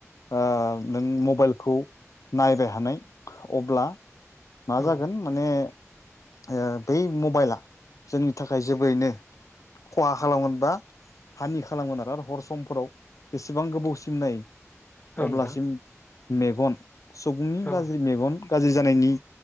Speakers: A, on the left; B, on the left.
A: ओ नों मबाइलखौ नांलाया थानाय अब्ला मा
B: औ
A: जागोन। माने ओ बै मबाइला जोंनि थाखाय जोबोरैनो खहा खालामगोन बा हानि खालामगोन आरो हर समफोराव जेसेबां गोबावसिम नायो
B: औ
A: अब्लासिम
B: नोंथां
A: मेगन सुबुंनि
B: औ
A: गाज्रि मेगन गाज्रि जानायनि